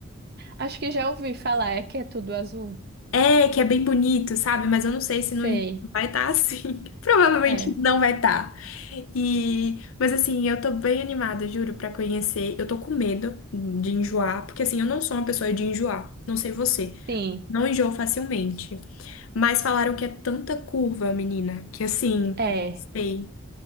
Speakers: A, on the right; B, on the left.
A: Acho que já ouvi falar, é que é tudo azul.
B: É, que é bem bonito, sabe? Mas eu não sei se
A: Sei.
B: no inverno vai estar assim. <laughs> Provavelmente
A: É.
B: não vai estar. E, mas assim, eu tô bem animada, juro, pra conhecer. Eu tô com medo de enjoar, porque assim, eu não sou uma pessoa de enjoar. Não sei você.
A: Sim.
B: Não enjoo facilmente. Mas falaram que é tanta curva, menina, que assim,
A: É.
B: sei.